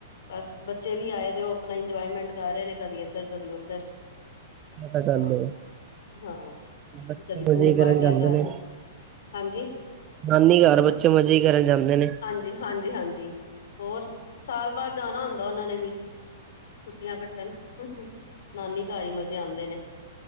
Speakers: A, on the left; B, on the right.
A: ਬਸ ਬੱਚੇ ਵੀ ਆਏ ਦੇ ਉਹ ਆਪਣਾ ਇੰਜੋਏਮੈਂਟ ਕਰ ਰਹੇ ਨੇ ਕਦੀ ਇੱਧਰ ਕਦੀ ਉੱਧਰ।
B: ਪਤਾ ਗੱਲ
A: ਹਾਂ
B: ਏ
A: ਹਾਂ
B: ਬੱਚੇ
A: ਕਦੀ
B: ਮਜ਼ੇ
A: ਪੂਲ
B: ਹੀ
A: ਪਾਰਟੀਆਂ
B: ਕਰਨ ਜਾਂਦੇ
A: ਕਰ।
B: ਨੇ
A: ਹਾਂਜੀ।
B: ਨਾਨੀ ਘਰ ਬੱਚੇ ਮਜ਼ੇ ਹੀ ਕਰਨ ਜਾਂਦੇ ਨੇ।
A: ਜੀ ਹਾਂਜੀ ਹਾਂਜੀ ਹੋਰ ਸਾਲ ਬਾਅਦ ਜਾਣਾ ਹੁੰਦਾ ਉਹਨਾਂ ਨੇ ਵੀ। ਛੁੱਟੀਆਂ ਕੱਟਣ ਨਾਨੀ ਕੀ ਮਜ਼ੇ ਆਉਂਦੇ ਨੇ।